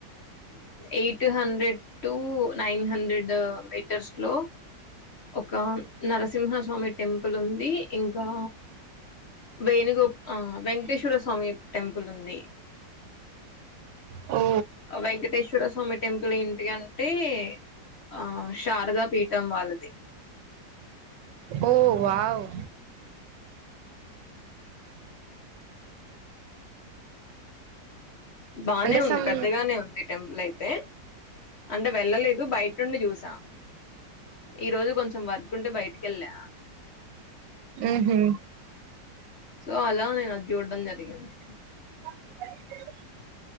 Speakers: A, on the left; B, on the right.
A: eight hundred to nine hundred metres లో ఒక నరసింహ స్వామి టెంపుల్ ఉంది ఇంకా వేణుగో ఆ వెంకటేశ్వర స్వామి టెంపుల్ ఉంది
B: ఓ
A: వెంకటేశ్వర స్వామి టెంపుల్ ఏంటి అంటే ఆ శారదా పీఠం వాళ్ళది
B: ఓ వావ్
A: బానే
B: అంటే
A: ఉంది
B: సమ్
A: పెద్దగానే ఉంది టెంపుల్ ఐతే అంటే వెళ్ళలేదు బయట నుండి చూసా ఈ రోజు కొంచెం వర్క్ ఉంటే బయటికెళ్ళా
B: ఉహు
A: సో అలా నేను అద్ జూడ్డం జరిగింది
B: అ <inaudible>